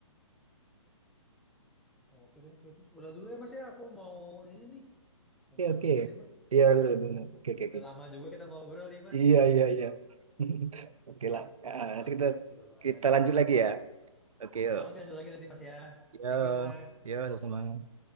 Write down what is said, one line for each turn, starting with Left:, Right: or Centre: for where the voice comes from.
Centre: Oke deh mas itu udah dulu ya mas ya. Aku mau ini nih. Mau
Right: Oke
Centre: makan
Right: oke,
Centre: dulu deh mas.
Right: iya betul, betul. oke oke oke.
Centre: Udah lama juga kita ngobrol nih mas.
Right: Iya iya iya. <laughs> Oke lah, Ah,
Centre: Lu ngebahas
Right: nanti kita
Centre: audit seru banget.
Right: kita lanjut lagi ya. Oke yuk,
Centre: Oke lanjut lagi nanti mas ya.
Right: ya,
Centre: Thank you mas.
Right: ya sama-sama.